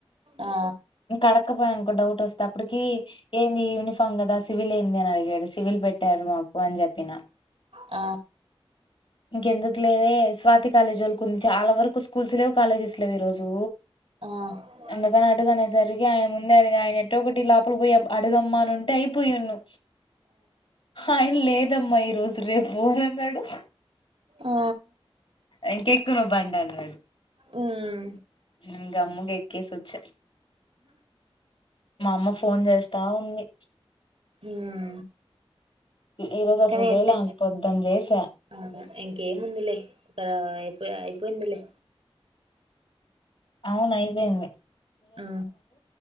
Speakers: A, on the right; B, on the left.
A: ఆ
B: ఇంక అడక్కపోయనకో డౌట్ వస్ తప్పటికి ఏంది యూనిఫామ్ కదా సివిల్ ఏంది అని అడిగాడు సివిల్ పెట్టారు మాకు అని చెప్పిన
A: ఆ
B: ఇంకెందుకు లేదే స్వాప్ కుంతి కాలేజ్ ఓల్కు ఉం చాలా వరకు స్కూల్స్ లేవు కాలేజెస్ లెవ్ ఈ రోజు
A: ఆ ఆ
B: ఎందుకని అడిగాన్ పరిగే ఆయన ముందరడీగా ఆయన ఎట్టా కొట్టిలా <unintelligible> అడుగమ్మా అని ఉంటే అయిపోయిన్ను ఆయన లేదమ్మా ఈ రోజు రేపు నన్నాడు
A: ఓ
B: ఇంకెక్కు నువ్ బండన్నాడు
A: హ్మ్
B: మ్మ్ గంమ్గ్ ఎక్కేసోచ్చ అమ్మ ఫోన్ జేస్తా ఉంది
A: ఉం
B: ఈ రోజు అసలు
A: కానియితే
B: చేయలే ఆమెకి పొద్దున చేసా
A: ఇ ఇంకేముందిలే తర అయి ఇంద్ లే
B: అవునయిపోయింది
A: ఉ